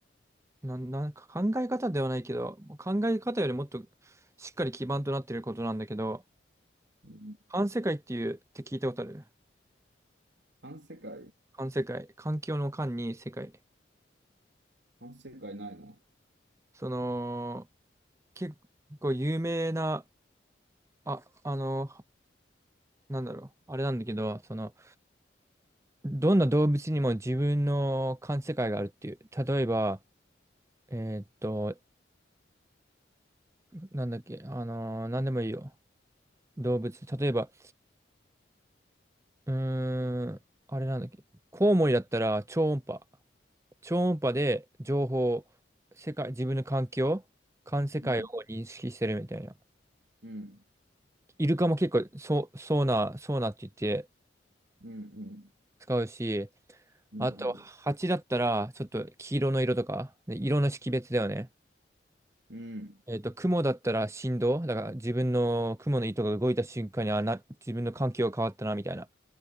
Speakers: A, on the right; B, on the right.
A: なん、なんか考え方ではないけど、考え方よりもっとしっかり基盤となってることなんだけど、
B: うん、
A: 環世界っていうって聞いたことある
B: 反世界
A: 環世界。環境の環に世界。
B: 反世界ないな。
A: その、結構有名な、あ、あの、なんだろう、あれなんだけど、その、どんな動物にも自分の感世界があるっていう。例えば、えーっと、なんだっけ、あの、なんでもいいよ。動物。例えば、うーん、あれなんだっけ、コウモリだったら超音波。超音波で情報、世界、自分の環境、環世界を認識してるみたいな。
B: うん、うん、
A: イルカも結構そう、そうな、そうなって言って、
B: うん、うん、
A: 使うし、
B: うん、
A: あと、蜂だったら、ちょっと黄色の色とか、で色の識別だよね。
B: うん、うん、
A: えっと、雲だったら振動、だから自分の雲の糸が動いた瞬間に、あ、な、自分の環境が変わったな、みたいな。